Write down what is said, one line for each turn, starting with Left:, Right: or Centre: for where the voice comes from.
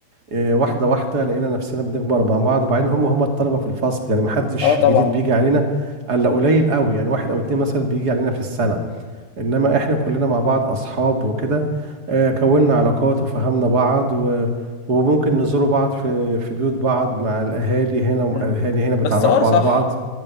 Right: إيه، واحده واحده لقينا نفسنا بنكبر مع بعض وبعدين هم هم الطلبه في الفصل يعني ما حدش
Left: اه طبعا
Right: جديد بيجي علينا الا قليل قوي يعني واحد او اتنين مثلا بيجي علينا في السنه انما احنا كلنا مع بعض اصحاب وكده آه، كوننا علاقات وفهمنا بعض و وممكن نزوروا بعض في في بيوت بعض مع الاهالي هنا والاهالي
Left: مم.
Right: هنا بيتعرفوا
Left: بس اه صح
Right: على بعض